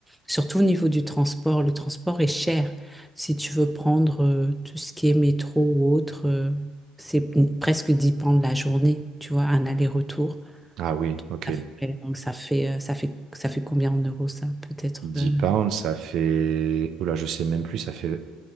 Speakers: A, in the centre; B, on the right.
A: surtout au niveau du transport. Le transport est cher. Si tu veux prendre euh, tout ce qui est métro ou autre, euh, c'est presque 10 pounds la journée, tu vois, un aller-retour.
B: Ah oui, ok.
A: Ça fait- Donc, ça fait, euh, ça fait, ça fait combien en euros, ça? Peut-être.
B: dix
A: euh,
B: pounds, ça fait... Oula, je sais même plus, ça fait